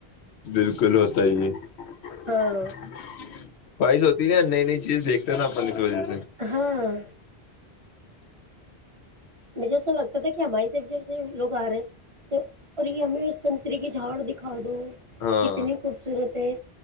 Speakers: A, on the left; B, on the right.
A: بالکل ہوتا ہی ہے ہ
B: ہاں
A: خواہش ہوتی ہے نئی نئی چیز دیکھتے نا اپ اس وجہ سے
B: ہاں مجھے ایسا لگتا تھا کہ ہماری طب جیب سے لوگ آ رہے ہیں تو اور یہ ہمیں سنتری کی جھاڑ دکھا دو
A: ہاں
B: کتنی خوبصورت ہے